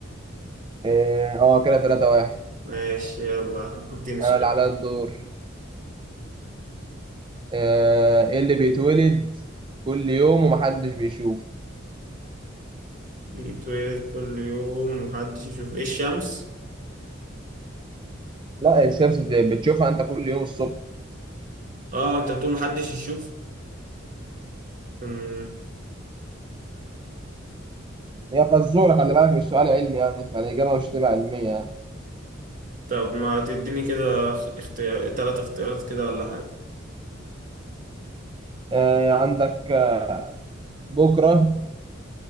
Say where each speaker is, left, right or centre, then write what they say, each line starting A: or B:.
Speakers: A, on the right; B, on the right.
A: اه آه، كده 3 1
B: ماشي يلا اديني سؤال
A: أنا اللي عليا الدور آه، إيه اللي بيتولد كل يوم ومحدش بيشوفه
B: بيتولد كل يوم محدش يشوف إيه الشمس؟
A: لا الشمس بت- بتشوفها أنت كل يوم الصبح
B: آه أنت بتقول محدش يشوف مم.
A: هي فزورة خلي بالك مش سؤال علمي يعني فالإجابة مش تبقى علمية يعني.
B: طب ما تديني كده اختيار تلات اختيارات كده ولا حاجة
A: آه عندك آه، بكرة